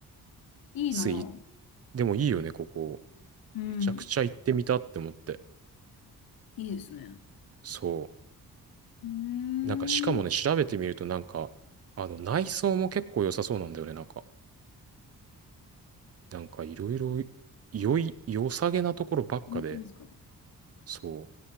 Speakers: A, on the left; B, on the right.
A: いいな。
B: スイーツ、でもいいよね、ここ。
A: うん。
B: めちゃくちゃ行ってみたって思って。
A: いいですね。
B: そ
A: うーん。
B: う。なんかしかもね、調べてみるとなんか、あの内装も結構良さそうなんだよね。なんか、なんかいろいろ良い、良さげなところばっかで。
A: 本当ですか。
B: そ